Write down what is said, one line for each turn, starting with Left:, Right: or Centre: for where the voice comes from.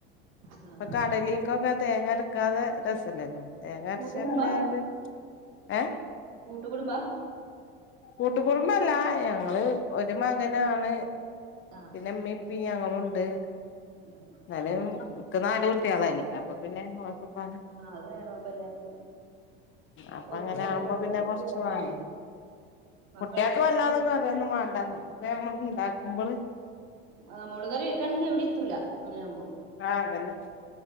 Right: ആ
Left: പ്പകടലിൽക്കോക്കെ
Right: ആ. കൂട്ടുകുടും
Left: തേങ്ങ അരക്കാതെ രസല്ലല്ലോ തേങ്ങ അരച്ചാ
Right: കൂട്ടുകുടുംബാ
Left: പിന്നെ ഒര് ഏഹ്
Right: കൂട്ടുകുടുംബാ
Left: കൂട്ടു കുടുംബല്ല ഞങ്ങള് ഒരു മകനാണ്
Right: ആ
Left: പിന്നെ മ്മിം പ്പിം ഞങ്ങളുണ്ട്
Right: ഉം
Left: ന്നാലും ൻക്ക് നാല് കുട്ടിയളല്ലേ അപ്പൊ പിന്നെ ഓൻക്കും
Right: ആ അത് വേണം ഇപ്പൊ എല്ലാവർക്കും
Left: അപ്പ
Right: ഒത്ത്
Left: അങ്ങനെ ആവുമ്പോ പിന്നെ കൊർച്ച്
Right: വരണല്ലോ
Left: വാങ്ങി
Right: മക്കളെങ്ങനെ
Left: കുട്ട്യേക്ക് വല്ലാതൊക്കെ
Right: സ്കൂൾ
Left: ഇത്രെയൊന്നും മാണ്ടാന്ന് ഇത്രേം നമ്മക്ക്ണ്ടാക്കുമ്പള്
Right: ആഹ് മോള് കറി വെക്കാണെങ്കി എവിടേം എത്തൂല അങ്ങനെ ആവുമ്പോ
Left: ആഹ് അതന്നെ